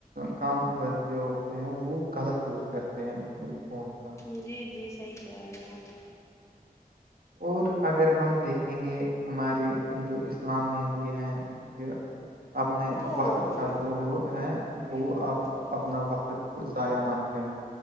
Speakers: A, on the right (about 75°); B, on the left (about 20°).
A: کم بچے ہوتے ہیں وہ غلط یوز کرتے ہیں اس فون کا
B: جی جی صحیح کہہ رہے ہیں آپ
A: اور اگر ہم دیکھیں گے ہمارے جو اسلام میں بھی ہیں کہ اپنے
B: آپ او
A: وقت کا جو ہو ہے
B: یہ
A: وہ
B: پکڑ
A: آپ
B: گئی
A: اپنا وقت کو ضائع مت کیا